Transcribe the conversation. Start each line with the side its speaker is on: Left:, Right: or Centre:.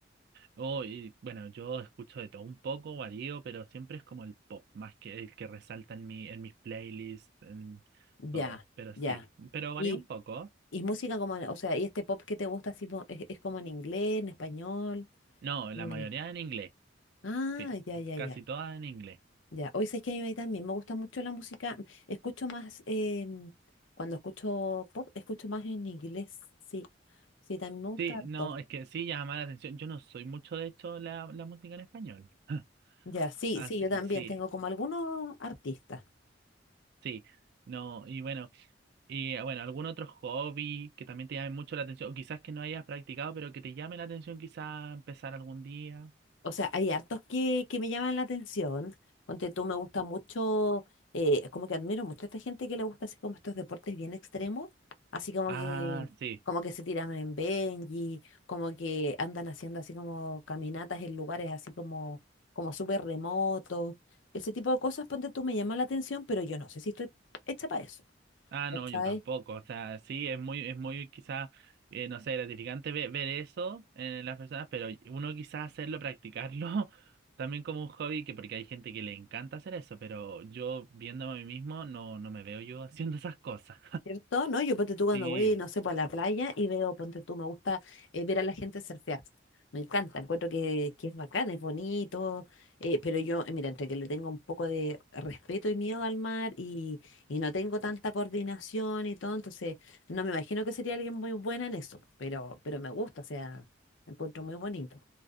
Right: Oh, y, bueno, yo escucho de todo un poco, varío, pero siempre es como el pop, más que el que resalta en mi, en mis playlists, en
Left: Ya,
Right: todo. Pero
Left: ya.
Right: sí, pero varía
Left: Y,
Right: un poco.
Left: y música como, en- o sea, ¿y este pop que te gusta así, po- es, es como en inglés, en español?
Right: No, la
Left: Eh,
Right: mayoría en inglés,
Left: Ah,
Right: sí,
Left: ya, ya,
Right: casi
Left: ya.
Right: todas en inglés.
Left: Ya, hoy sabes que a mí también me gusta mucho la música. Escucho más, em, cuando escucho pop, escucho más en inglés. Sí, sí, también me gusta
Right: Sí,
Left: harto.
Right: no, es que sí llama la atención. Yo no soy mucho de hecho la, la música en español. <laughs>
Left: Ya, sí,
Right: Ah,
Left: sí,
Right: sí,
Left: yo también
Right: sí,
Left: tengo como algunos artistas.
Right: sí. No, y bueno, y ah, bueno, algún otro hobby que también te llame mucho la atención, o quizás que no hayas practicado, pero que te llame la atención quizás empezar algún día.
Left: O sea, hay hartos que, que me llaman la atención. Ponte tú, me gusta mucho, eh, como que admiro mucho a esta gente que le gusta así como estos deportes bien extremos, así como
Right: Ah,
Left: que,
Right: sí.
Left: como que se tiran en Benji, como que andan haciendo así como caminatas en lugares así como, como súper remotos. Ese tipo de cosas, ponte tú, me llama la atención, pero yo no sé si estoy hecha para eso,
Right: Ah,
Left: ¿cachai?
Right: no, yo tampoco. O sea, sí, es muy, es muy quizás, eh, no sé, gratificante ve- ver, eso en las personas, pero uno quizás hacerlo, practicarlo <laughs> también como un hobby, que porque hay gente que le encanta hacer eso, pero yo viéndome a mí mismo no, no me veo yo <laughs> haciendo esas cosas.
Left: ¿Cierto? ¿No? Yo ponte tú cuando
Right: Sí,
Left: voy, no sé, pues a la playa y veo, ponte tú, me gusta eh, ver a la gente surfear. Me encanta, encuentro que, que es bacán, es bonito, eh, pero yo, eh, mira, entre que le tengo un poco de respeto y miedo al mar y, y no tengo tanta coordinación y todo, entonces no me imagino que sería alguien muy buena en eso, pero, pero me gusta, o sea, lo encuentro muy bonito.